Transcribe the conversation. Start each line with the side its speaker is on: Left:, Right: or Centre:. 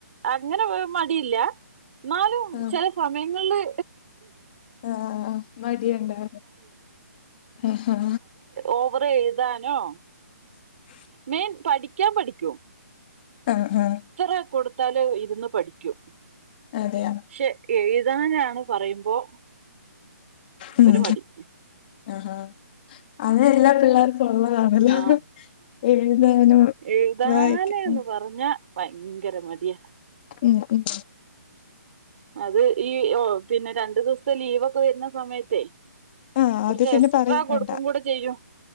Right: അങ്ങനെ മടില്ല. എന്നാലും
Left: ആഹ്
Right: ചെല സമയങ്ങൾല്.
Left: ആഹ് മടിയുണ്ടോ ഹ ഹാ
Right: ഓവറെഴുതാനോ
Left: <inaudible>
Right: മെയ്ൻ പഠിക്കാൻ പഠിക്കും.
Left: ആഹ് ആഹ്
Right: ത്ര കൊടുത്താല് ഇരുന്ന് പഠിക്കും
Left: അതെയാ
Right: ക്ഷെ എഴുതാനാണ് പറയുമ്പോ.
Left: ഉം
Right: ഒരു മടി
Left: ആഹ അതെല്ലാ പിള്ളേർ ള്ളതാണല്ലോ
Right: ആഹ്
Left: എഴുതാനും
Right: എഴുതാന്
Left: വായിക്കാനും.
Right: ന്ന് പറഞ്ഞാ ഭയങ്കര മടിയാ.
Left: ഉം ഉം.
Right: അത് ഈ ഓ പിന്നെ രണ്ടു ദിവസത്തെ ലീവൊക്കെ വരുന്ന സമയത്തെ
Left: ആഹ്
Right: കൊറച്ച്
Left: അത് പിന്നെ
Right: എക്സ്ട്രാ
Left: പറയും
Right: കൊടുക്കും
Left: വേണ്ട
Right: കൂടെ ചെയ്യും.